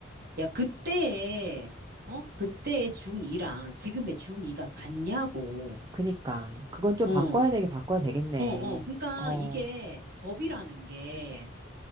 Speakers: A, on the right (about 50°); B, on the right (about 20°).
A: 야, 그때에, 어? 그때의 중2랑 지금의 중2가 같냐고.
B: 그니까. 그건 좀
A: 어,
B: 바꿔야 되게 바꿔야 되겠네.
A: 어, 어. 그러니까
B: 어,
A: 이게 법이라는 게